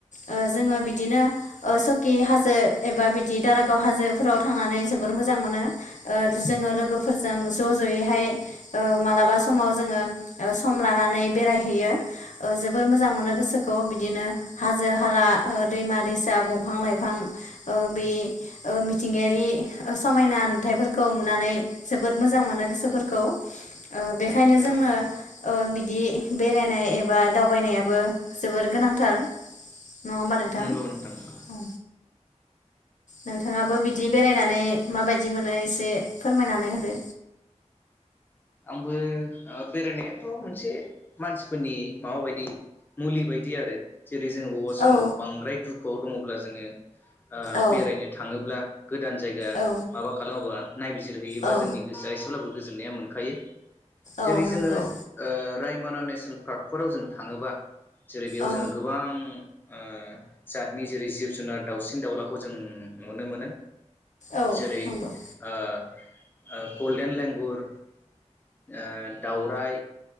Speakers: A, on the left; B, on the left.
A: ओ जोङो बिदिनो ओ स'कि हाजो एबा बिदि दारागाव हाजोफोराव थांनानै जोबोर मोजां मोनो। ओ जोङो लोगोफोरजों ज' ज'यैहाय ओ मालाबा समाव जोङो ओ सम लानानै बेरायहैयो ओ जोबोर मोजां मोनो गोसोखौ बिदिनो हाजो हाला ओ दैमा दैसा बंफां लाइफां ओ बे ओ मिथिंगायारि ओ समायना हाथाइफोरखौ नुनानै जोबोर मोजां मोनो गोसोफोरखौ ओ बेखायनो जोङो
B: औ नोंथां
A: ओ बिदि बेरायनाय एबा दावबायनायाबो जोबोर गोनांथार नङा होमबा नोंथां?
B: नंगौ नंगौ।
A: औ। नोंथाङाबो बिदि बेरायनानै माबायदि मोनो एसे फोरमायनानै होदो।
B: आंबो ओ बेरायनायाथ' मोनसे मानसिफोरनि माबा बायदि मुलि बायदि आरो जेरै जों बबा समाव
A: औ
B: बांद्राय दुखुआव बुङोब्ला जोङो ओ
A: औ
B: बेरायनो थाङोब्ला गोदान जायगा
A: औ
B: माबा खालामोबा नायबिजिरहोयोबा
A: औ
B: जोंनि गोसोआ एसेब्लाबो गोजोन्नाया मोनखायो। <inaudible> जेरै
A: औ
B: जोंङो
A: नंगौ
B: ओ रायमना नेसनेल पार्कफोराव जों थांङोबा जेरै बेयाव
A: औ
B: जोंङो गोबां ओ जातनि जेरै जिब जुनार दाउसिन दाउलाखौ जों नुनो मोनो।
A: औ
B: जेरै
A: नंगौ
B: ओ ओ गल्डेन लेंगुर। ओ दावराय